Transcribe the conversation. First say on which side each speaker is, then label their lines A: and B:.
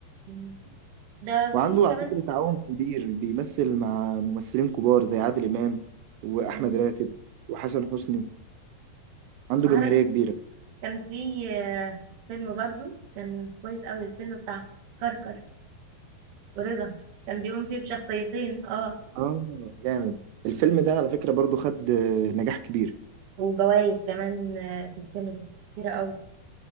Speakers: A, on the right; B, on the right.
A: مم. ده في
B: وعنده
A: كمان
B: على فكرة تعاون كبير بيمثل مع ممثلين كبار زي عادل امام واحمد
A: مم.
B: راتب وحسن حسني عنده
A: عارف
B: جماهيرية كبيرة
A: كان في آه، فيلم برضو كان كويس قوي الفيلم بتاع كركر ورضا كان بيقوم فيه بشخصيتين اه
B: اه جامد الفيلم ده على فكرة برضو خد آه، نجاح كبير
A: وجوائز كمان آه، في السينما كتيرة قوي